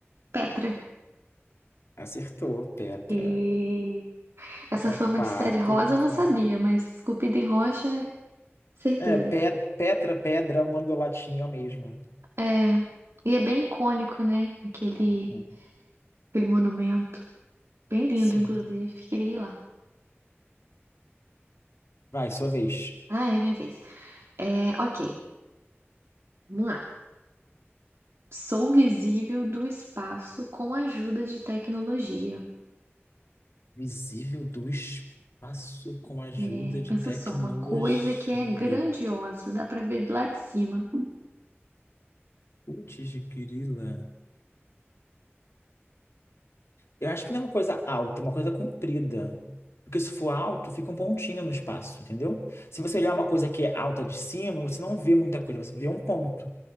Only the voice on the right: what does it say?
Petra.
E... Essa
fama
de cidade rosa eu não
sabia, mas esculpida em rocha é certeiro.
É.
É, E é bem icônico, né? Aquele.
Aquele monumento. Bem lindo,
inclusive. Queria ir lá.
Ah, é minha vez. É, ok. Vamos lá. Sou visível do espaço com a ajuda de tecnologia.
É,
pensa
só, uma coisa que é grandiosa, dá pra ver lá de cima.